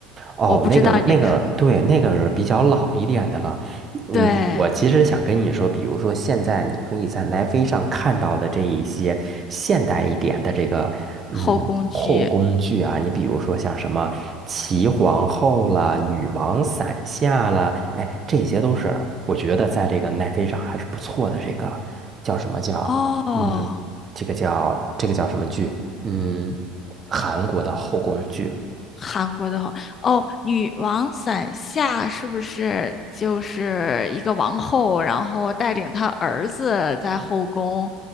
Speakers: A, on the right (about 35°); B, on the left (about 35°).
A: 哦，
B: 我不知道你看，
A: 那个那个，对，那个是比较老一点的了。我我其实想跟你说，
B: 对，
A: 比如说现在你可以在奈飞上看到的这一些现代一点的这个嗯后宫剧啊，
B: 后宫剧
A: 你比如说像什么齐皇后啦、女王伞下啦，哎，这些都是我觉得在这个奈飞上还是不错的。这个叫什么叫嗯，
B: 哦。
A: 这个叫这个叫什么剧？嗯，韩国的后宫剧。
B: 韩国的话，哦，女王伞下是不是就是一个王后，然后带领她儿子在后宫